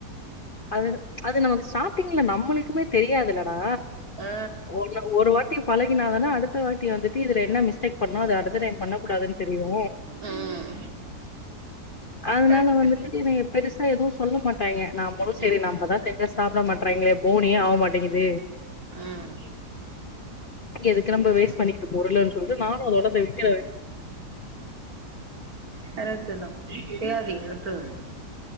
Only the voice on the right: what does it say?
ஆ
ம்
கரெக்ட்டு
ம்
ம்
கரெக்ட்டு தா செய்யாதீங்க விட்றுங்க